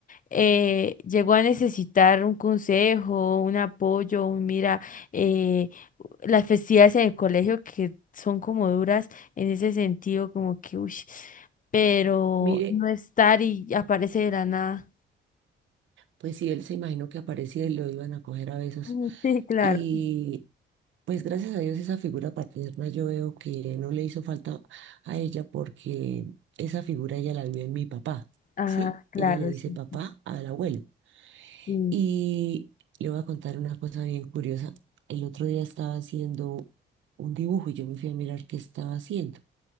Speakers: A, on the left; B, on the right.
A: eh, llegó a necesitar un consejo, un apoyo, un mira, eh, las festividades en el colegio que son como duras en ese sentido, como que, uy, pero
B: Mire,
A: no estar y aparece de la nada.
B: pues si él se imaginó que aparecía y lo iban a coger a besos.
A: Mm, Sí, claro.
B: Y Pues gracias a Dios esa figura paterna yo veo que no le hizo falta a ella porque esa figura ella la vio en mi papá,
A: Ah,
B: ¿sí?
A: claro,
B: Ella le dice
A: sí.
B: papá al abuelo.
A: Sí,
B: Y le voy a contar una cosa bien curiosa. El otro día estaba haciendo un dibujo y yo me fui a mirar qué estaba haciendo.